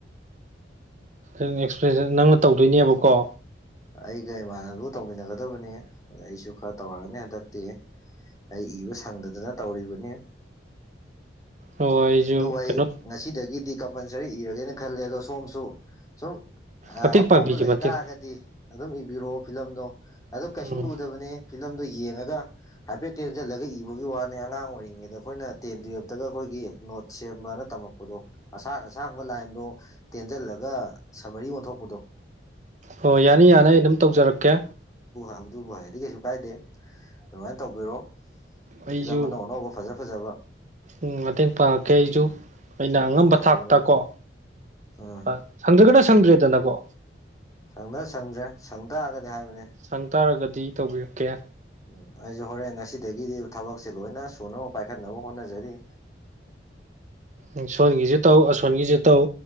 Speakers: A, on the right (about 40°); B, on the left (about 20°).
A: ꯑꯦꯛꯁꯄ꯭ꯂꯦꯟꯁ ꯅꯪꯅ ꯇꯧꯗꯣꯏꯅꯦꯕꯀꯣ
B: ꯑꯩꯒ ꯏꯃꯥꯟꯅꯕꯗꯨꯒ ꯇꯧꯃꯤꯟꯅꯒꯗꯕꯅꯤ ꯑꯩꯁꯨ ꯈꯔ ꯇꯧꯔꯛꯑꯅꯤ ꯍꯟꯗꯛꯇꯤ ꯑꯩ ꯏꯕ ꯁꯪꯗꯗꯅ ꯇꯧꯔꯤꯕꯅꯤ
A: ꯑꯣ ꯑꯩꯁꯨ
B: ꯑꯗꯨꯕꯨ ꯑꯩ
A: ꯀꯩꯅꯣ
B: ꯉꯁꯤꯗꯒꯤꯗꯤ ꯀꯝꯄꯜꯁꯔꯤ ꯏꯔꯒꯦꯅ ꯈꯜꯂꯦ ꯑꯗꯣ ꯁꯣꯝꯁꯨ ꯁꯨꯝ
A: ꯃꯇꯦꯡ
B: ꯑꯀꯣꯝꯕ
A: ꯄꯥꯡꯕꯤꯒꯦ
B: ꯂꯩꯇꯥꯥꯔꯒꯗꯤ
A: ꯃꯇꯦꯡ
B: ꯑꯗꯨꯝ ꯏꯕꯤꯔꯛꯑꯣ ꯐꯤꯂꯝꯗꯣ ꯑꯗꯨ ꯀꯩꯁꯨ
A: ꯎꯝ
B: ꯂꯨꯗꯕꯅꯤ ꯐꯤꯂꯝꯗꯨ ꯌꯦꯡꯉꯒ ꯍꯥꯏꯐꯦꯠ ꯇꯦꯟꯖꯜꯂꯒ ꯏꯕꯒꯤ ꯋꯥꯅꯦ ꯑꯉꯥꯡ ꯑꯣꯏꯔꯤꯉꯩꯗ ꯑꯩꯈꯣꯏꯅ ꯇꯦꯟ ꯇꯨꯌꯦꯜꯞꯇꯒ ꯑꯩꯈꯣꯏꯒꯤ ꯅꯣꯠ ꯁꯦꯝꯕꯅ ꯇꯝꯃꯛꯄꯗꯣ ꯑꯁꯥꯡ ꯑꯁꯥꯡꯕ ꯂꯥꯏꯟꯗꯣ ꯇꯦꯟꯖꯜꯂꯒ ꯁꯝꯃꯔꯤ ꯑꯣꯟꯊꯣꯛꯄꯗꯣ
A: ꯍꯣꯏ ꯌꯥꯅꯤ ꯌꯥꯅꯤ ꯑꯗꯨꯝ ꯇꯧꯖꯔꯛꯀꯦ
B: ꯑꯗꯨꯕꯨ ꯍꯩꯔꯗꯤ ꯀꯩꯁꯨ ꯀꯥꯏꯗꯦ ꯑꯗꯨꯃꯥꯏꯅ ꯇꯧꯕꯤꯔꯣ
A: ꯑꯩꯁꯨ
B: ꯐꯤꯂꯝ ꯑꯅꯧ ꯑꯅꯧꯕ ꯐꯖ ꯐꯖꯕ
A: ꯎꯝ ꯃꯇꯦꯡ ꯄꯥꯡꯉꯛꯀꯦ ꯑꯩꯖꯨ ꯑꯩꯅ
B: ꯎꯝ
A: ꯑꯉꯝꯕ
B: ꯇꯧꯁꯟꯕꯤꯔꯣ
A: ꯊꯥꯛꯇ ꯀꯣ
B: ꯎꯝ
A: ꯍꯣꯏ ꯁꯪꯗ꯭ꯔꯒꯅ ꯁꯪꯗ꯭ꯔꯦꯗꯅꯀꯣ
B: ꯁꯪꯗ ꯁꯪꯗ꯭ꯔꯦ ꯁꯪꯇꯥꯔꯒꯗꯤ ꯍꯥꯏꯕꯅꯦ
A: ꯁꯪ ꯇꯥꯔꯒꯗꯤ ꯇꯧꯕꯤꯔꯛꯀꯦ
B: ꯎꯝ ꯑꯩꯁꯨ ꯍꯣꯔꯦꯟ ꯉꯁꯤꯗꯒꯤꯗꯤ ꯊꯕꯛꯁꯦ ꯂꯣꯏꯅ ꯁꯨꯅꯕ ꯄꯥꯏꯈꯠꯅꯕ ꯍꯣꯠꯅꯖꯔꯤ
A: ꯎꯝ ꯁꯣꯟꯒꯤꯁꯨ ꯇꯧ ꯑꯁꯣꯟꯒꯤꯁꯨ ꯇꯧ